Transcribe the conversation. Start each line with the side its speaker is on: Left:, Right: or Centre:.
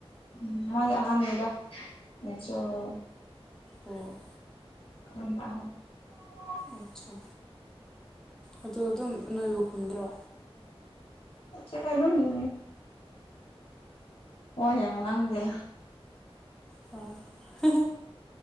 Left: ꯎꯝ ꯃꯣꯏ ꯑꯍꯥꯟꯅꯤꯗ ꯃꯦꯆꯨꯔ ꯑꯣꯏ
Centre: ꯎꯝ
Left: <unintelligible>
Centre: ꯑꯆꯥ ꯑꯗꯣ ꯑꯗꯨꯝ ꯅꯣꯏꯕꯨ ꯈꯨꯝꯗ꯭ꯔꯣ
Left: <unintelligible> ꯑꯗꯨꯝ ꯋꯥ ꯌꯥꯝ ꯉꯥꯡꯗꯦ
Centre: ꯍꯣꯏ ꯍꯦ ꯍꯦ